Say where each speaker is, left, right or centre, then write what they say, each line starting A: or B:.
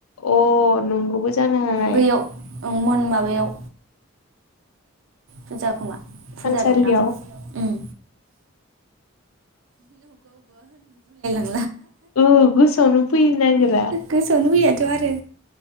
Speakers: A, on the left; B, on the right.
A: अ नंगौबो जानो हानाय
B: बैयाव औ मोन माबायाव। फुजा खोमा फुजा
A: थानसालियाव
B: दं दां उम। <unintelligible>
A: औ गोसावनो फैयनो नागिरा।
B: गोसोआवनो फैयाथ' आरो